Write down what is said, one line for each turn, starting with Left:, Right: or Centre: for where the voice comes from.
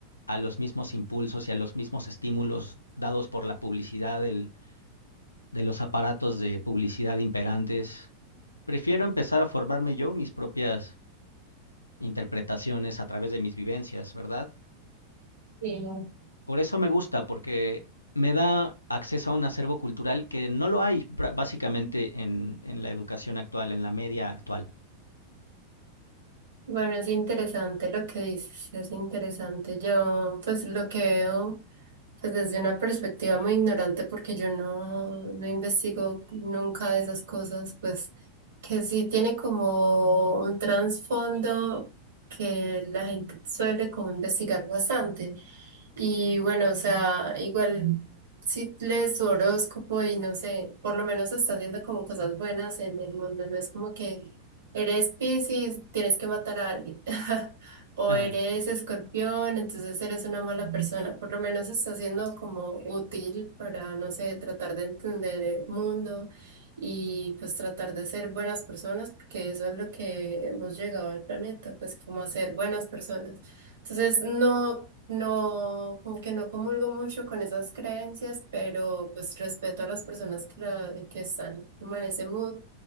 Left: a los mismos impulsos y a los mismos estímulos dados por la publicidad del, de los aparatos de publicidad imperantes. Prefiero empezar a formarme yo mis propias interpretaciones a través de mis vivencias, ¿verdad?
Right: Sí.
Left: Por eso me gusta, porque me da acceso a un acervo cultural que no lo hay bra- básicamente en, en la educación actual, en la media actual.
Right: Bueno, es interesante lo que dices, es interesante. Yo, pues lo que veo, pues desde una perspectiva muy ignorante, porque yo no, no investigo nunca esas cosas, pues que sí tiene como un trasfondo que la gente suele como investigar bastante. Y bueno, o sea, igual si lees su horóscopo y no sé, por lo menos está haciendo como cosas buenas en el mundo, no es como que eres Piscis, tienes que matar a alguien, <laughs> o
Left: <laughs>
Right: eres Escorpión, entonces eres una mala persona, por lo menos está siendo como útil para, no sé, tratar de entender el mundo y pues tratar de ser buenas personas, porque eso es lo que hemos llegado al planeta, pues como a ser buenas personas. Entonces, no, no, como que no comulgo mucho con esas creencias, pero pues respeto a las personas que, la- que están como en ese mood.